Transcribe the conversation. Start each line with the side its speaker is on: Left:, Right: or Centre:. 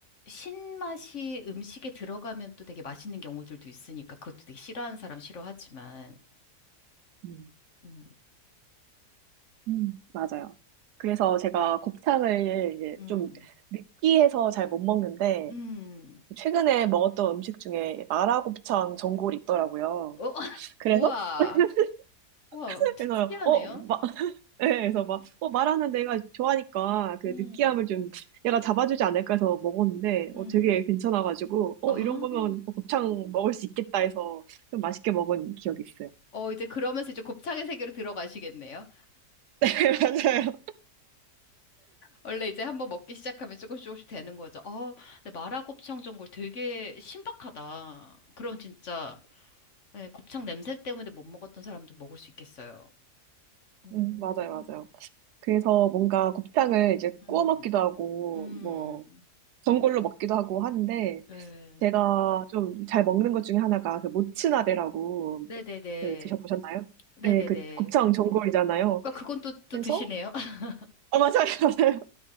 Left: 신맛이 음식에 들어가면 또 되게 맛있는 경우들도 있으니까 그것도 되게 싫어하는 사람 싫어하지만
Right: 음.
Left: 음,
Right: 음, 맞아요. 그래서 제가 곱창을 이제
Left: 음,
Right: 좀 느끼해서 잘 못 먹는데,
Left: 음.
Right: 최근에 먹었던 음식 중에 마라곱창 전골이 있더라고요.
Left: 어? <laughs>
Right: 그래서?
Left: 우와,
Right: <laughs>
Left: 우와, 특-
Right: 그래서,
Left: 특이하네요.
Right: 어, 마, <laughs> 네, 그래서
Left: 음,
Right: 막, 어, 마라는 내가 좋아하니까 그
Left: 음,
Right: 느끼함을 좀 얘가 잡아주지 않을까 해서 먹었는데,
Left: 음.
Right: 어, 되게 괜찮아가지고, 어,
Left: 아.
Right: 이런 거면 어, 곱창 먹을 수 있겠다 해서 좀 맛있게 먹은 기억이 있어요.
Left: 어, 이제 그러면서 이제 곱창의 세계로 들어가시겠네요.
Right: <laughs> 맞아요.
Left: 원래 이제 한번 먹기 시작하면 조금씩 조금씩 되는 거죠. 어, 근데 마라곱창 전골 되게 신박하다. 그럼 진짜 예, 곱창 냄새 때문에 못 먹었던 사람도 먹을 수 있겠어요. 음,
Right: 음, 맞아요, 맞아요. 그래서 뭔가 곱창을 이제 구워
Left: 음,
Right: 먹기도 하고,
Left: 음,
Right: 뭐, 전골로 먹기도 하고 하는데,
Left: 네.
Right: 제가 좀 잘 먹는 것 중에 하나가 그 모츠나베라고
Left: 음. 네네네.
Right: 그 드셔보셨나요?
Left: 네네네.
Right: 네, 그 곱창 전골이잖아요.
Left: 그러니까 그건 또, 또
Right: 그래서,
Left: 드시네요. <laughs>
Right: 어, 맞아요, <laughs> 맞아요.